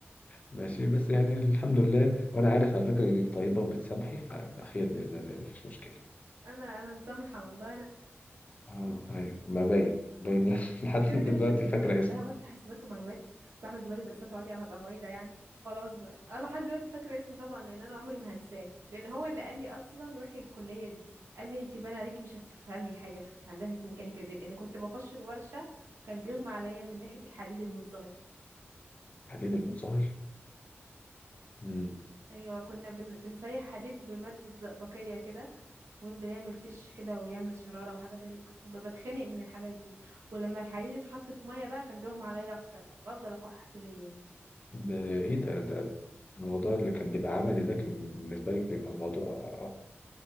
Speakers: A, on the left (about 35°); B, on the right (about 85°).
A: ماشي بس يعني الحمد لله وأنا عارف على فكرة إنك طيبة وبتسامحي ف- فخير بإذن الله يعني مفيش مشكلة
B: انا انا مسامحه والله انا
A: أه أيوة ما باين باين <laughs> لحد
B: انا كده
A: دلوقتي
B: كده مشيت من الكليه
A: فاكرة
B: كلها
A: اسمي
B: ورحت حاسبات ومعلومات بعمل دلوقتي دراسات عليا وهبقى معيده يعني خلاص بقى انا لحد دلوقتي فاكره اسمه طبعا لان انا عمري ما هنساه لان هو اللي قال لي اصلا روحي الكليه دي قال لي انت باين عليكي مش هتفهمي حاجه في هندسه ميكانيكا دي لان كنت بخش الورشه كان بيغمى عليا من ريحه الحديد المنصهر
A: حديد المصهر مم.
B: ايوه كنا بن... بنسيح حديد بماده زئبقيه كده ويفضل يعمل تش كده ويعمل شراره وحاجات غريبه كنت ب- بتخنق من الحاجات دي ولما الحديد اتحط في ميه بقى كان بيغمى عليا اكتر بقى بفضل اكح طول اليوم
A: ده إيه ده ده الموضوع اللي كان بيبقى عملي ده كان بالنسبة لك بيبقى موضوع